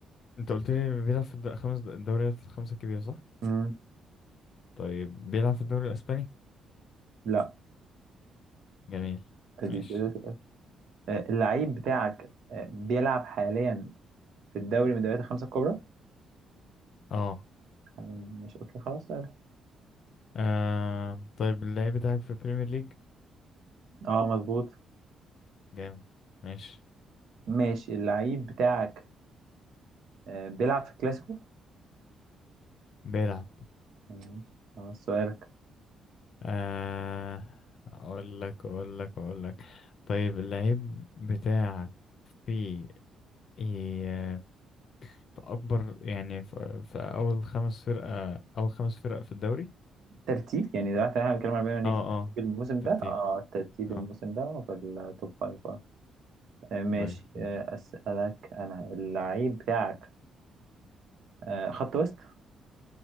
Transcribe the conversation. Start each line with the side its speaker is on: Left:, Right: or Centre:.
Left: انت قلت لي بيلعب في الد- خمس الدوريات الخمسة الكبيرة صح
Right: مم.
Left: طيب بيلعب في الدوري الاسباني
Right: لا
Left: جميل
Right: ادي
Left: ماشي
Right: كده سؤال آه، اللعيب بتاعك آه، بيلعب حاليا في الدوري من الدوريات الخمسة الكبرى
Left: اه
Right: حاليا ماشي اوكي خلاص سؤال
Left: آه طيب اللعيب بتاعك في بريمير ليج
Right: اه مظبوط
Left: جامد ماشي
Right: ماشي اللعيب بتاعك آه، بيلعب في الكلاسيكو
Left: بيلعب
Right: ماشي خلاص سؤالك
Left: آه اقول لك اقول لك اقول لك طيب اللعيب بتاعك في إيه في اكبر يعني في, في اول خمس فرقة اول خمس فرق في الدوري
Right: ترتيب يعني دلوقتي احنا بنتكلم على بينا ليه
Left: اه اه
Right: في الموسم
Left: ترتيب
Right: ده اه ترتيب
Left: اه
Right: الموسم ده في التوب فايف آه، ماشي
Left: طيب
Right: آه،
Left: ماشي
Right: أسألك أنا اللعيب بتاعك آه، خط وسط